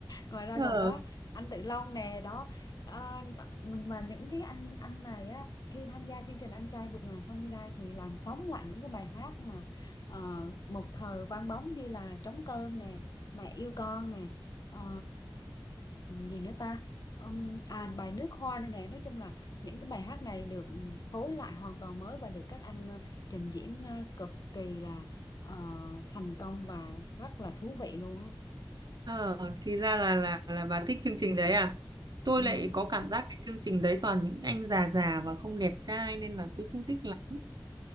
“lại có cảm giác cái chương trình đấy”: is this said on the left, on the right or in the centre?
Right